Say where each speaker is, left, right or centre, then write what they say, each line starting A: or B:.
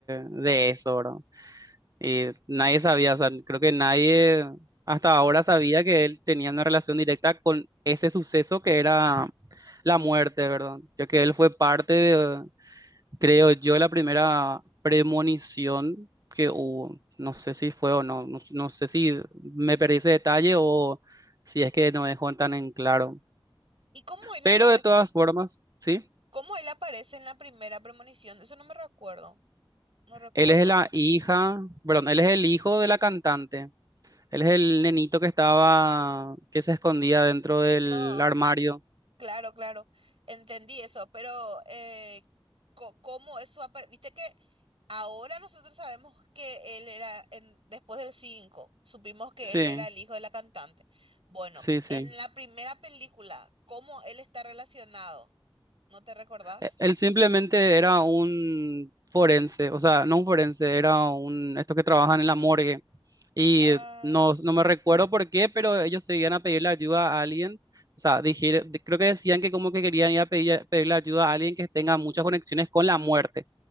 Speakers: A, on the right; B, on the right.
A: de eso, ¿verdad? Eh, nadie sabía, o sea, creo que nadie hasta ahora sabía que él tenía una relación directa con ese suceso que era la muerte, ¿verdad? Ya que él fue parte de, creo yo, la primera premonición que hubo. No sé si fue o no, no, no sé si me perdí ese detalle o si es que no dejó tan en claro.
B: ¿Y cómo él
A: Pero
B: aparece,
A: de todas formas, sí,
B: cómo él aparece en la primera premonición? Eso no me recuerdo. No recuerdo.
A: él es la
B: eso.
A: hija, perdón, él es el hijo de la cantante. Él es el nenito que estaba, que se escondía dentro del
B: No,
A: armario.
B: s- claro, claro. Entendí eso, pero eh, co- ¿cómo es su aparición? Viste que ahora nosotros sabemos que él era, en- después del 5, supimos que
A: Sí,
B: él era el hijo de la cantante. Bueno,
A: sí, sí.
B: en la primera película, ¿cómo él está relacionado? ¿No te recordás?
A: E- Él simplemente era un forense, o sea, no un forense, era un, estos que trabajan en la morgue. Y
B: Ah,
A: no, no me recuerdo por qué, pero ellos se iban a pedirle ayuda a alguien. O sea, dijer- de- creo que decían que como que querían ir a pedir, pedirle ayuda a alguien que tenga muchas conexiones con la muerte.